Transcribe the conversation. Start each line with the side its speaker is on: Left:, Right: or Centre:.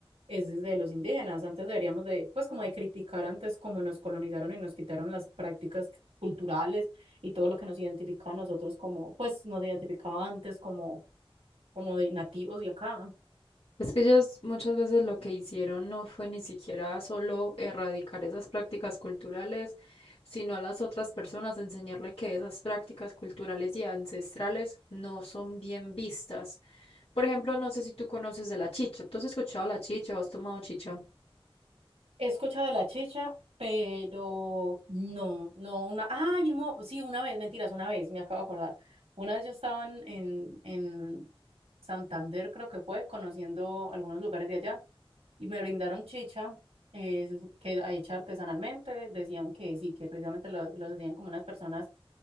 Right: es desde los indígenas. Antes deberíamos de, pues como de criticar antes cómo nos colonizaron y nos quitaron las prácticas culturales y todo lo que nos identificaba a nosotros como, pues nos identificaba antes como, como de nativos de acá.
Left: Es que ellos muchas veces lo que hicieron no fue ni siquiera solo erradicar esas prácticas culturales, sino a las otras personas enseñarle que esas prácticas culturales y ancestrales no son bien vistas. Por ejemplo, no sé si tú conoces de la chicha. ¿Tú has escuchado la chicha o has tomado chicha?
Right: He escuchado de la chicha, pero no, no, una, ay, mo- sí, una vez, mentiras, una vez, me acabo de acordar. Una vez yo estaba en, en, en Santander, creo que fue, conociendo algunos lugares de allá, y me brindaron chicha, eh, que hecha artesanalmente, decían que sí, que precisamente lo, los hacían como unas personas